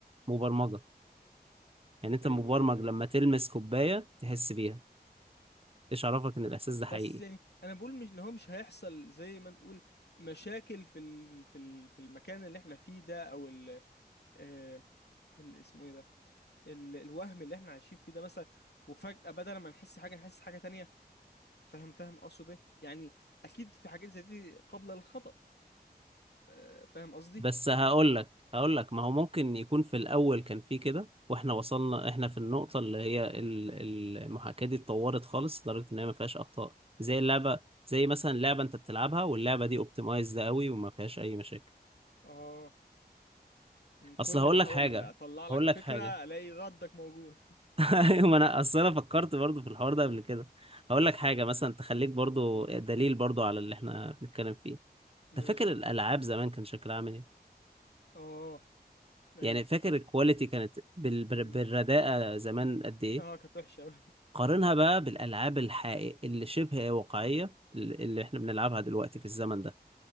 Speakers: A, on the right; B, on the left.
A: مبرمجة يعني انت
B: ايوه
A: مبرمج
B: ايوه أيوة.
A: لما تلمس كوباية تحس بيها ايش عرفك ان الاحساس ده حقيقي
B: بس يعني انا بقول مش اللي هو مش هيحصل زي ما نقول مشاكل في ال... في ال... في المكان اللي احنا فيه ده او ال... آه... ال... اسمه ايه ده ال... الوهم اللي احنا عايشين فيه ده مثلا وفجأة بدل ما نحس حاجة نحس حاجة تانية فاهم فاهم اقصد ايه يعني اكيد في حاجات زي دي قابلة للخطأ آه... فاهم قصدي
A: بس هقول لك هقول لك ما هو ممكن يكون في الاول كان في كده واحنا وصلنا احنا في النقطه اللي هي ال- ال- المحاكاه دي اتطورت خالص لدرجه ان هي ما فيهاش اخطاء زي اللعبه زي مثلا لعبه انت بتلعبها واللعبه دي اوبتمايزد قوي وما فيهاش اي مشاكل
B: اه مم،
A: اصل
B: كل
A: هقول
B: ما احاول
A: لك حاجه
B: اطلع لك
A: هقول
B: فكرة
A: لك حاجه
B: الاقي ردك موجود
A: <laughs> ايوه ما انا اصل انا فكرت برضو في الحوار ده قبل كده هقول لك حاجه
B: مم،
A: مثلا تخليك برضو
B: أوه،
A: دليل برضو على اللي احنا بنتكلم فيه
B: ماشي
A: انت فاكر الالعاب زمان كان شكلها عامل ايه
B: اه ايوه
A: يعني فاكر الكواليتي كانت بال... بال-
B: مم.
A: بالرداءه زمان قد ايه
B: اه كانت وحشة أوي
A: قارنها بقى بالالعاب الحقيقية اللي شبه واقعيه ال- اللي احنا بنلعبها دلوقتي في الزمن ده